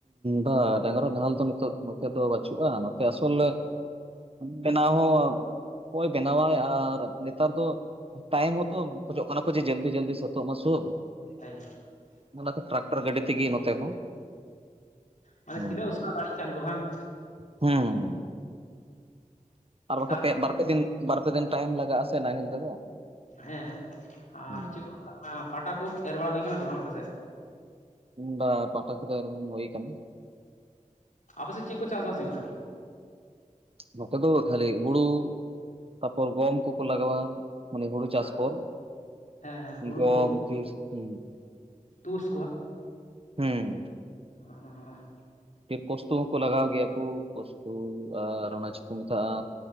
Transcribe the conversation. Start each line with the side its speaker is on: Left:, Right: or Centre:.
Right: ᱵᱟᱝ ᱰᱟᱝᱨᱟ ᱱᱟᱦᱮᱞ ᱫᱚ ᱱᱤᱛ ᱱᱚᱛᱮ ᱫᱚ ᱵᱟᱪᱩᱜᱼᱟ ᱱᱚᱛᱮ ᱟᱥᱚᱞᱮ ᱵᱮᱱᱟᱣ ᱦᱚᱸ ᱚᱠᱚᱭ ᱵᱮᱱᱟᱣᱟᱭ ᱟᱨ ᱱᱮᱛᱟᱨ ᱫᱚ ᱴᱟᱭᱤᱢ ᱦᱚᱛᱚ ᱠᱷᱚᱡᱚᱜ ᱠᱟᱱᱟ ᱠᱚ ᱡᱮ ᱡᱟᱹᱞᱫᱤ ᱡᱟᱹᱞᱫᱤ ᱥᱟᱹᱛᱚᱜ ᱢᱟ ᱥᱩᱵ
Left: ᱦᱳᱭ
Right: ᱚᱱᱟᱛᱮ ᱴᱨᱟᱠᱴᱚᱨ ᱜᱟᱹᱰᱤ ᱛᱮ ᱜᱮ ᱱᱚᱛᱮ ᱦᱚᱸ
Left: ᱢᱟᱱᱮ
Right: ᱦᱩᱸ
Left: ᱛᱤᱱᱟᱹᱜ ᱩᱥᱟᱹᱨᱟ ᱫᱟᱲᱮᱭᱟᱜ ᱠᱟᱱᱟ ᱠᱚ ᱵᱟᱝ
Right: ᱦᱩᱸ, ᱟᱨ ᱵᱟᱠᱷᱟᱱ
Left: ᱛᱟᱨ
Right: ᱯᱮ ᱵᱟᱨ ᱯᱮ ᱫᱤᱱ ᱵᱟᱨ ᱯᱮ ᱫᱤᱱ ᱴᱟᱭᱤᱢ ᱞᱟᱜᱟᱜᱼᱟ ᱥᱮ ᱱᱟᱦᱮᱞ ᱛᱮᱫᱚ
Left: ᱦᱮᱸ ᱟᱨ
Right: ᱦᱩᱸ,
Left: ᱪᱮᱫ ᱠᱚ ᱢᱮᱛᱟᱜ ᱠᱟᱱᱟ ᱯᱟᱴᱟ ᱠᱚ ᱮᱨ ᱵᱟᱲᱟ ᱦᱩᱭ ᱟᱠᱟᱱᱟ ᱥᱮ ᱵᱟᱝ ᱟᱯᱮᱥᱮᱫ
Right: ᱵᱟ ᱯᱟᱴᱟ ᱠᱚᱫᱚ ᱮᱨ ᱵᱟᱝ ᱦᱩᱭ ᱠᱟᱱᱟ
Left: ᱟᱯᱮᱥᱮᱫ ᱪᱮᱫ ᱠᱚ ᱪᱟᱥᱵᱟᱥ ᱦᱩᱭᱩᱜᱼᱟ
Right: ᱱᱚᱛᱮ ᱫᱚ ᱠᱷᱟᱹᱞᱤ ᱦᱩᱲᱩ ᱛᱟᱯᱚᱨ ᱜᱚᱢ ᱠᱚᱠᱚ ᱞᱟᱜᱟᱣᱟ ᱢᱟᱱᱮ ᱦᱩᱲᱩ ᱪᱟᱥ
Left: ᱦᱮᱸ
Right: ᱠᱚ
Left: ᱦᱮᱸ ᱦᱩᱲᱩ
Right: ᱜᱚᱢ ᱯᱷᱥ ᱦᱚ
Left: ᱛᱩᱥ
Right: ᱦᱮᱸ
Left: ᱚ
Right: ᱯᱷᱤᱨ ᱯᱚᱥᱛᱩ ᱦᱚᱸᱠᱚ ᱞᱟᱜᱟᱣ ᱜᱮᱭᱟ ᱠᱚ ᱯᱚᱥᱛᱩ ᱟᱨ ᱚᱱᱟ ᱪᱮᱫ ᱠᱚ ᱢᱮᱛᱟᱜᱼᱟ